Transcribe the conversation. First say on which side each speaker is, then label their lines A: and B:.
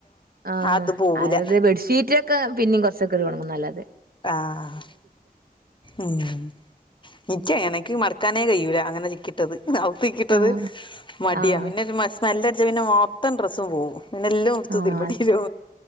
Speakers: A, on the right (about 70°); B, on the left (about 30°).
A: ആഹ്
B: അത് പോവൂല
A: അത് ബെഡ്ഷീറ്റ് ക്ക പിന്നിം കൊർച്ചൊക്കറി ഒൺങ്ങുന്നല്ലാതെ.
B: ആഹ്. ഉം നിക്കാ എനക്ക് മട്ക്കാനേ കയ്യൂല അങ്ങനെ ചിക്കി. ട്ടത് ഔതികിട്ടത്
A: ആഹ്
B: മടിയാ
A: ആഹ്
B: പിന്നെരു മ സ്മെല്ലട്ച്ചാ പിന്നെ മൊത്തം ഡ്രസ്സും പോവും. പിന്നെല്ലോട്ത്
A: ആഹ്
B: തിരിമ്പൻടെരോ